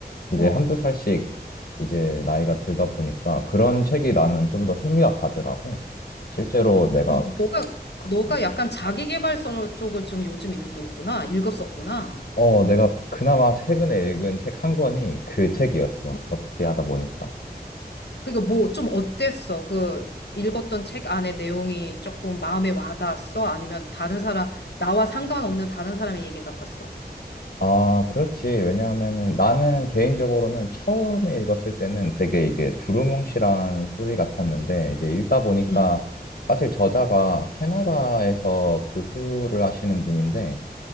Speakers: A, on the left (about 65°); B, on the left (about 85°).
A: 이제
B: 어,
A: 한두 살씩 이제 나이가 들다 보니까 그런 책이 나는
B: 어.
A: 좀 더 흥미가 가더라고. 실제로
B: 아,
A: 내가
B: 이, 너가,
A: 그
B: 너가
A: 좀,
B: 약간 자기계발서 쪽을 좀 요즘 읽고 있구나. 읽었었구나.
A: 어, 내가 그나마 최근에 읽은 책 한 권이 그 책이었어.
B: 응.
A: 어떻게 하다 보니까.
B: 그러니까 뭐 좀 어땠어? 그 읽었던 책 안에 내용이 조금 마음에 와닿았어? 아니면 다른 사람, 나와 상관없는 다른 사람의 얘기 같았어?
A: 아, 그렇지. 왜냐하면은 나는 개인적으로는 처음에 읽었을 때는 되게 이게 두루뭉실한
B: 응.
A: 소리 같았는데 이제 읽다 보니까
B: 응.
A: 사실 저자가 캐나다에서 교수를 하시는 분인데